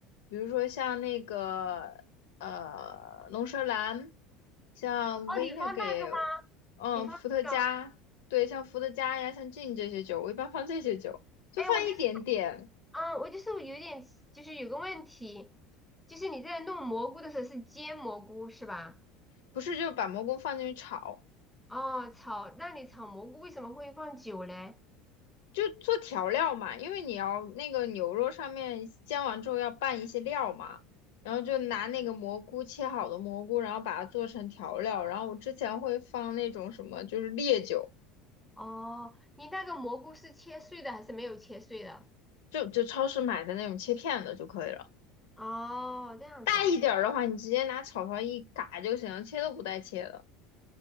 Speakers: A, on the left (about 65°); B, in the centre.
A: 比如说像那个呃龙舌兰，像
B: 哦，
A: v
B: 你放那个吗？
A: i n e g a r 嗯，
B: 你放那个？
A: 伏特加，对，像伏特加呀，像 gin 这些酒，我一般放这些酒，就放一点点，
B: 哎，我就是嗯，我就是有点，就是有个问题，就是你在弄蘑菇的时候是煎蘑菇是吧？
A: 不是就把蘑菇放进去炒，
B: 哦，炒，那你炒蘑菇为什么会放酒嘞？
A: 就做调料嘛，因为你要那个牛肉上面煎完之后要拌一些料嘛。然后就拿那个蘑菇切好的蘑菇，然后把它做成调料。然后我之前会放那种什么，就是烈酒，
B: 哦，你那个蘑菇是切碎的还是没有切碎的？
A: 就就超市买的那种切片的就可以了。
B: 哦，这样子啊。
A: 大一点儿的话，你直接拿炒勺一嘎就行，切都不带切的。